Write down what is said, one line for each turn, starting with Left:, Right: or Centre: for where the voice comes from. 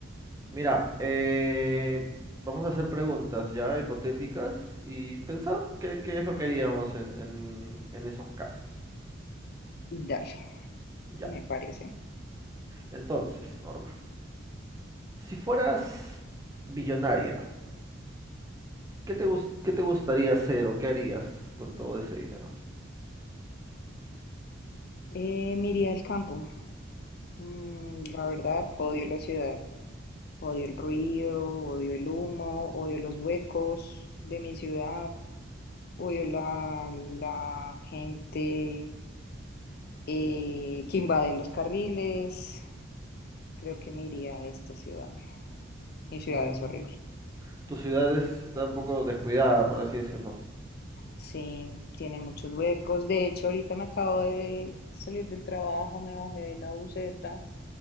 Right: Mira, eh, vamos a hacer preguntas ya hipotéticas y pensar qué, qué es lo que haríamos en, en- en esos casos.
Left: Dale,
Right: Ya.
Left: me parece.
Right: Entonces, Norma, si fueras billonaria, ¿qué te gus- qué te gustaría hacer o qué harías con todo ese dinero?
Left: Eh, me iría al campo. Mm, la verdad, odio la ciudad. Odio el ruido, odio el humo, odio los huecos de mi ciudad, odio la, la gente eh, que invade los carriles. Creo que me iría a esta ciudad. Mi ciudad
Right: Mm,
Left: es horrible.
Right: tu ciudad es- está un poco descuidada, por así decirlo.
Left: Sí, tiene muchos huecos. De hecho, ahorita me acabo de salir del trabajo, me bajé de la buseta,